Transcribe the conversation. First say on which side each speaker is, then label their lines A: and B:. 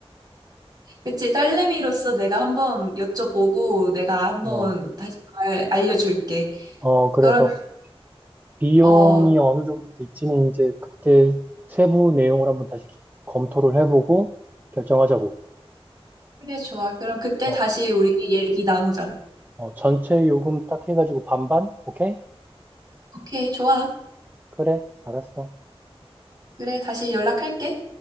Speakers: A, on the right; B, on the right.
A: 그치 딸내미로서 내가 한번 여쭤보고 내가 한번
B: 어,
A: 다시 말 알려줄게.
B: 어, 그래서
A: 그럼
B: 비용이
A: 어
B: 어느 정도 들지는 이제 그때 세부 내용을 한번 다시 검토를 해보고 결정하자고.
A: 그래, 좋아. 그럼 그때
B: 어,
A: 다시 우리 얘기 나누자.
B: 어, 전체 요금 딱 해가지고 반반? 오케이?
A: 오케이, 좋아.
B: 그래, 알았어.
A: 그래, 다시 연락할게.